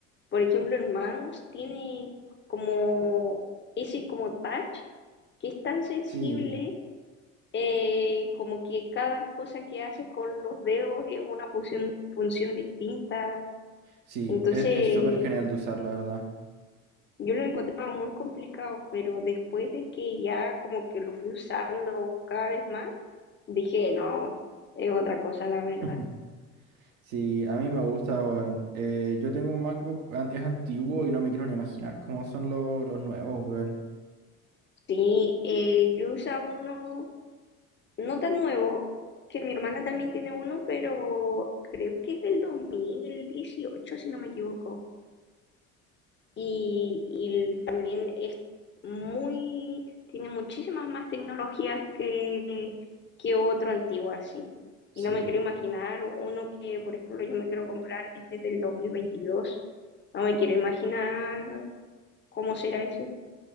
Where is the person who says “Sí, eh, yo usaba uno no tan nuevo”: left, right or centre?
Left